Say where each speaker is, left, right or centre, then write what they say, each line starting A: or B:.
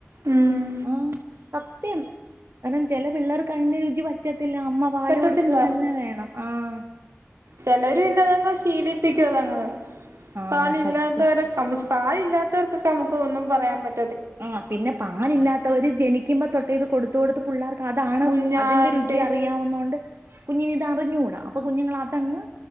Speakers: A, on the right (about 80°); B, on the right (about 60°).
A: ഉം
B: ആഹ് സത്യം കാരണം ചില പിള്ളേർക്ക് അതിന്റെ രുചി പറ്റത് ത്തില്ല അമ്മ പാല്
A: പറ്റത്തില്ല
B: കൊടുക്ക്ക തന്നെ വേണം ആഹ് -
A: ചെലര് പിന്നതങ്ങ് ശീലിപ്പിക്കും അതങ്ങ്
B: ആ
A: പാല് ഇല്ലാത്തവരെ
B: സത്യം
A: - പാലില്ലാത്തവർക്കൊക്കെ നമുക്ക് ഒന്നും പറയാൻ പറ്റ്
B: ആഹ് പിന്നെ പലില്ലാത്തവര് ജനിക്കുമ്പോ തൊട്ടേ ഇത് കൊടുത്ത് കൊടുത്ത്- പുള്ളാർക്ക് അതാണ്
A: കുഞ്ഞാ
B: അതിൻ്റെ രുചി
A: ടേസ്റ്റ്
B: അറിയാവുന്നോണ്ട്- കുഞ്ഞിന് ഇത് അറിഞ്ഞൂടാ അപ്പൊ കുഞ്ഞുങ്ങളതങ്ങ്